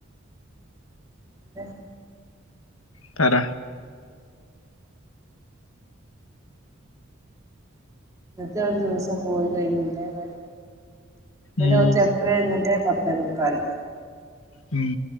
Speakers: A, on the right; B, on the left.
A: <unintelligible>
B: പറ
A: ഇന്നത്തെ ഒരു ദിവസം പോയി കഴിഞ്ഞില്ലേ മനോ എന്റെ
B: ഉം,
A: കൊച്ചെപ്പഴേ എഴുന്നേറ്റെ ത്തേ മുക്കാല്
B: ഉം